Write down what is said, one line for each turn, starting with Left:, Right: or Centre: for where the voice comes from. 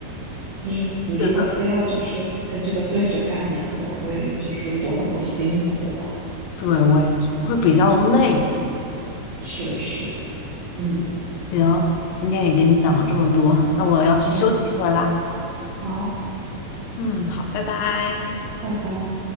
Right: 就是你如果非要就是跟这个对着干，
Left: 是的，
Right: 你可能会就是多很多辛苦吧。
Left: 对，我也觉得会比较累吧。
Right: 是是，嗯
Left: 行，今天也给你讲了这么多，那我要去休息一会儿啦。
Right: 嗯，好，
Left: 嗯，好，拜拜。
Right: 拜拜。